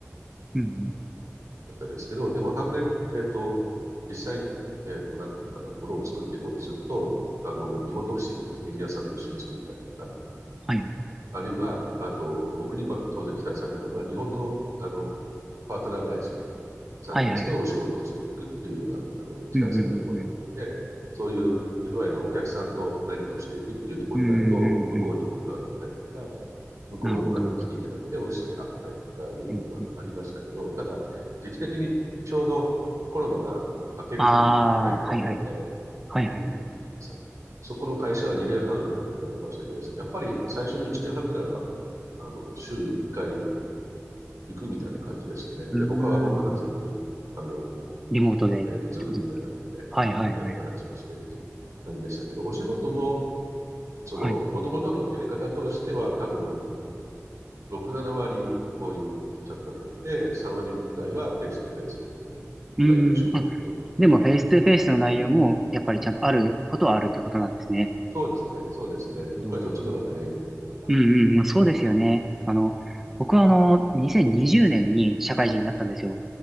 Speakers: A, in the centre; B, on the right (about 85°).
A: うんうん。
B: だったんですけど、でも反面、えっと、実際に、えっと、なんていうのかな、ものを作っていこうとすると、あの、日本のオフィスにいるエンジニアさんと一緒に作ったりとか、
A: はいはいはい。
B: あるいは、あと、僕に、ま、当然期待されてたのは、日本の、あの、パートナー会社さんたちとお仕事をしていくっていうのが、
A: はいはいはい。
B: あの、期待されているところだったので、
A: うんうんうんうん。
B: そういう、いわゆるお客さんと何かをしていくっていうところになると、
A: うんうんうんうん。
B: 向こうに僕が行ったりとか、向こうの方に来ていただいてオフィスで会ったりとかいうのがありましたけど、
A: なるほど。うんうん。
B: ただ、時期的にちょうどコロナが明ける時期に入っていたので、
A: ああ、はいはい。はいはいはい。
B: うん、そ、そこの会社は2年半働きましたけど、やっぱり最初の1年半ぐらいは、あの、週1回行くみたいな感じでしたね。
A: うーん。
B: で、他はもう完全に、あの、
A: リモートでってことですか。
B: えっ、と、ズームみたいなもので、
A: はいはいはいはい。
B: えーお話をしてっていう感じでしたけど、お仕事の、その、
A: はい。
B: もともとのやり方としては、多分、6、7割、こういうチャットでやって、3割ぐらいはフェイスとフェイスでっていう内容の仕事だったと思います、
A: うーん。あ、でもフェイストゥフェイスの内容もやっぱりちゃんとあることはあるってことなんですね。
B: もともとはね。うん。うん。そうですね、そうですね。
A: なるほど。
B: やっぱりそっちの方が早いところがあるね。
A: うんうん。まあそうですよね。
B: うん。
A: あの、
B: うん。
A: 僕はあの、2020年にじゅうねんに社会人になったんですよ。